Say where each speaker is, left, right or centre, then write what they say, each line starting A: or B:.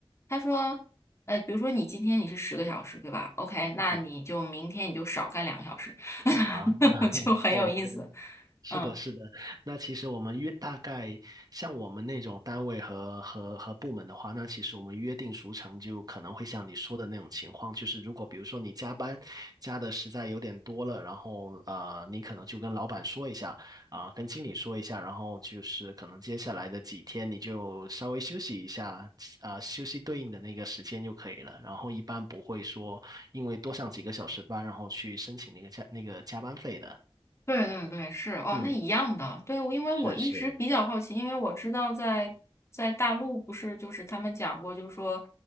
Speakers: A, on the left; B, on the right.
A: 他说，呃，比如说你今天你是十个小时，对吧？OK，那你就明天你就少干两个小时，
B: 嗯
A: <laughs>
B: 啊，<laughs>
A: 就很有意思，
B: 对，是的，
A: 嗯。
B: 是的。那其实我们约大概像我们那种单位和和和部门的话，那其实我们约定俗成就可能会像你说的那种情况，就是如果比如说你加班加的实在有点多了，然后呃，你可能就跟老板说一下啊、跟经理说一下，然后就是可能接下来的几天你就稍微休息一下，啊、休息对应的那个时间就可以了。然后一般不会说因为多上几个小时班，然后去申请那个加那个加班费的。
A: 对对对，是哦，
B: 嗯，
A: 那一样的。对，我因为我一直比较好奇，
B: 是是。
A: 因为我知道在在大陆不是就是他们讲过，就是说，